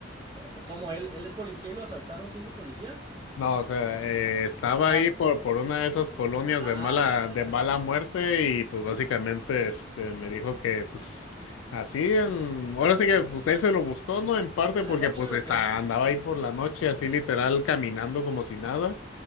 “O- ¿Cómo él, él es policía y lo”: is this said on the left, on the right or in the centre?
Right